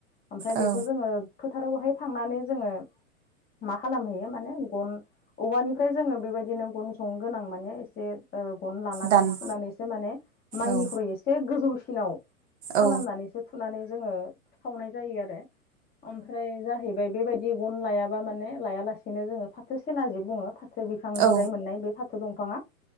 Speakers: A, on the left (about 20°); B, on the right (about 45°).
A: ओमफ्राय
B: औ
A: बेखौ जोङो फो थारावहाय थांनानै जोङो मा खालामहैयो माने गन औवानिफ्राय जोङो बेबायदि बिदिनो गन जंनो गोनां माने एसे ओ गन लानानै
B: दान
A: थुनानैसो माने माइनिख्रुइ
B: औ
A: एसे गोजौसिनाव
B: औ
A: खालामनानैसो थुनानै जोङो सावनाय जायो आरो। ओमफ्राय जाहैबाय बेबायदि दि गन लायाबा माने लायालासेनो जोङो फाथो सेना जे बुङो फाथो बिफांनिफ्राय
B: औ
A: मोननाय। बे फाथो बिफाङा